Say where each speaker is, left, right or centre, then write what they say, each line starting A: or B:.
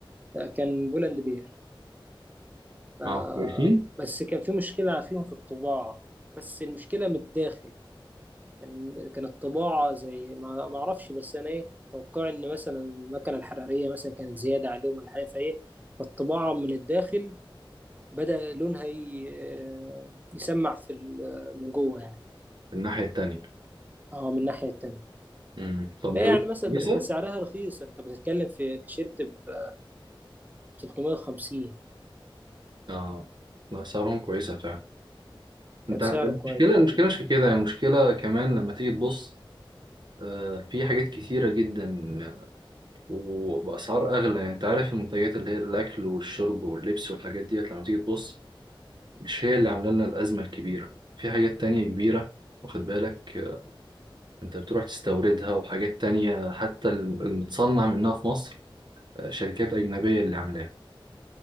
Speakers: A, on the right (about 20°); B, on the right (about 55°).
A: آه، كان بولاند بير آه،
B: اه كويسين
A: بس كان في مشكلة فيهم في الطباعة بس المشكلة من الداخل كان كان الطباعة زي ما ما أعرفش بس أنا إيه توقعي إن مثلا المكنة الحرارية مثلا كانت زيادة عليهم ولا حاجة فإيه فالطباعة من الداخل بدأ لونها ي- آه، يسمع في ال- آه، من جوه يعني
B: الناحيه التانيه
A: أه من الناحية التانية
B: امم طب
A: فهي
B: جودتهم
A: يعني مثلا
B: كويسه
A: بس كان سعرها رخيص أنت بتتكلم في تيشيرت ب 350
B: اه لا سعرهم كويسه فعلا
A: كان
B: انت
A: سعره
B: المشكله
A: كويس
B: المشكله مش في كده يعني المشكله كمان لما تيجي تبص آه، في حاجات كتيرة جدا وبأسعار أغلى يعني أنت عارف المنتجات اللي هي الأكل والشرب واللبس والحاجات ديت لما تيجي تبص مش هي اللي عاملة لنا الأزمة الكبيرة في حاجات تانية كبيرة واخد بالك آه، أنت بتروح تستوردها وحاجات تانية حتى المتصنع منها في مصر آه، شركات أجنبية اللي عاملاها